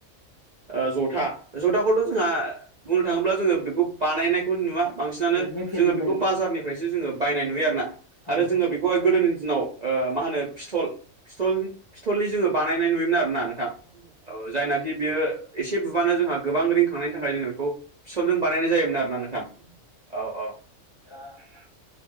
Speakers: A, on the right; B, on the left.
A: ओ ज'था ज'थाखौथ' जोंहा बुंनो थाङोब्ला जोङो बेखौ बानायनायखौ नुवा बांसिनानो।
B: मेटेलनि
A: जोङो बेखौ
B: बायो
A: बाजारनिफ्रायसो
B: औ
A: जोङो बायनाय नुयो आरोना आरो
B: औ नोंथां
A: जोङो बेखौहाय गोदोनि दिनाव
B: औ
A: ओ मा होनो
B: औ
A: फिथल। फिथल फिथलनि जोङो बानायनाय नुयोमोन आरोना नोंथां। औ जायनाखि बेयो ओ एसे बुबानो जोंहा गोबां रिंखांनायनि थाखाय जोङो बेखौ फिटलजों बानायनाय जायोमोन आरोना नोंथां‌। औ अ।
B: दा नोंथाङा